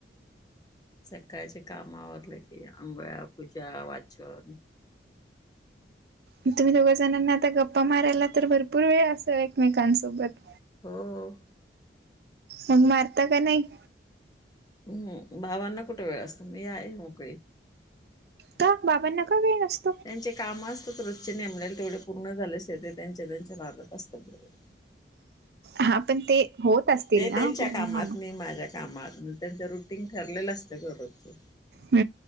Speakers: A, on the left (about 20°); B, on the right (about 60°).
A: सकाळची काम आवरली की, आंघोळ्या, पूजा, वाचन
B: मग तुम्ही दोघं जणांना आता गप्पा मारायला, तर भरपूर वेळ असल एकमेकांसोबत?
A: हो.
B: मग मारता का नाही?
A: हुं. बाबांना कुठ वेळ असतो. मी आहे मोकळी.
B: का बाबांना का वेळ नसतो?
A: त्यांचे काम असतात, रोजचे नेमलेले तेवढे पूर्ण झाल्याशिवाय, ते त्यांच्या त्यांच्या नादात असतात बरोबर.
B: हा पण ते होत असतील
A: ते
B: ना
A: तेंच्या
B: पूर्ण
A: कामात, मी माझ्या कामात, मग त्यांचं रुटीन ठरलेलं असतं ग रोजच.
B: ह <inaudible>